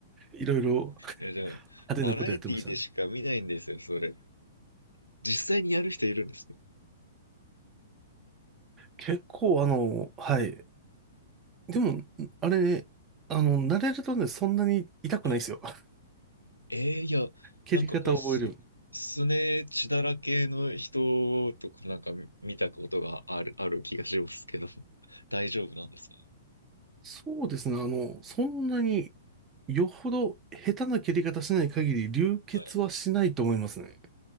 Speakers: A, on the right; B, on the left.
A: いろいろ <laughs>
B: いや、じゃあ、
A: 派手なことやってましたね。
B: バラエティでしか見ないんですよ、それ。実際にやる人いるんですね。
A: 結構あの、はい。でも、あれ、あの、慣れるとね、そんなに痛くないですよ。
B: はい。
A: <laughs>
B: えー、いや、
A: 蹴り方を覚える。
B: なんかこう、す、すね血だらけの人とかなんか見見たことがある、ある気がしますけど、<laughs> 大丈夫なんですか
A: そうですね。あの、そんなに、よほど下手な蹴り方しない限り流血はしないと思いますね。
B: はい。